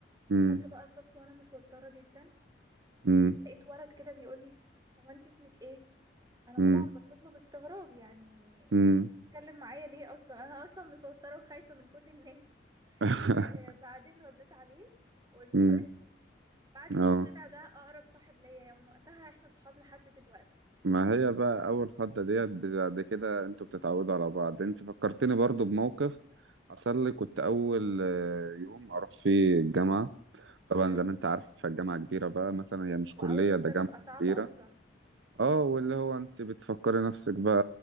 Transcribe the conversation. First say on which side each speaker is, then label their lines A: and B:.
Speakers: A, on the right (about 80°); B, on the right (about 20°).
A: مم.
B: دخلت بقى الفصل وانا متوتره جدا
A: مم.
B: لقيت ولد كده بيقول لي هو انت اسمك ايه انا
A: مم.
B: طبعا بصيت له باستغراب يعني
A: مم.
B: انت بتتكلم معايا ليه اصلا انا اصلا متوتره وخايفه من كل الناس
A: <laughs>
B: آه بعدين رديت عليه وقلت
A: مم.
B: له اسمي بعد
A: اه
B: كده طلع ده اقرب صاحب ليا يعني من وقتها احنا صحاب لحد دلوقتي
A: ما هي بقى اول خضة ديت بعد كده انتوا بتتعودوا على بعض انت فكرتني برضو بموقف حصل لي كنت اول آه، يوم اروح فيه الجامعة طبعا
B: امم
A: زي ما انت عارفة الجامعة كبيرة بقى مثلا هي مش
B: واول
A: كلية
B: يوم
A: ده
B: ده
A: جامعة
B: بيبقى صعب
A: كبيرة
B: اصلا
A: اه واللي هو انت بتفكري نفسك بقى